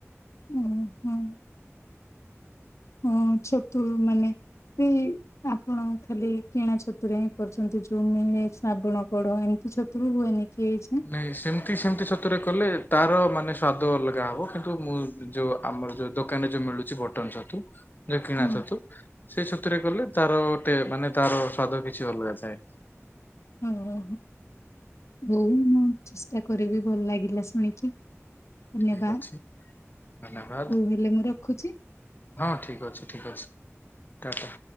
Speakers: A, on the left; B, on the left.
A: ଓ- ହଁ। ହଁ ଛତୁ ମାନେ ସେଇ ଆପଣ ଖାଲି କିଣା ଛତୁରେ ହିଁ କରିଚନ୍ତି ଯଉ ମିଳେ ଶ୍ରାବଣ କଢ ଏମିତି ଛତ୍ ତୁ ହୁଏନି କି ଏଇ ଯେ
B: ନାହିଁ ସେମିତି -ସେମିତି ଛତୁରେ କଲେ ତାର ମାନେ ସ୍ୱାଦ ଅଲଗା ହବ କିନ୍ତୁ ମୁଁ ଯଉ ଆମର ଯଉ ଦୋକାନ୍ ରେ ଯଉ ମିଳୁଚି ବଟନ୍ ଛତୁ ଯୋଉ କିଣା
A: ହଁ
B: ଛତୁ ସେଇ ଛତୁରେ କଲେ ତାର ଗୋଟେ ମାନେ ତାର ସ୍ଵାଦ କିଛି ଅଲଗା ଥାଏ।
A: ଓ ହଁ ହଉ ମୁଁ ଚେଷ୍ଟା କରିବି ଭଲ ଲାଗିଲା ଶୁଣିକି। ଧନ୍ୟବାଦ୍
B: ଠିକ ଅଛି ଧନ୍ୟବାଦ
A: ହୋଉ ହେଲେ ମୁଁ ରଖୁଛି।
B: ହଁ ଠିକ୍ ଅଛି ଠିକ୍ ଅଛି ଟା ଟା।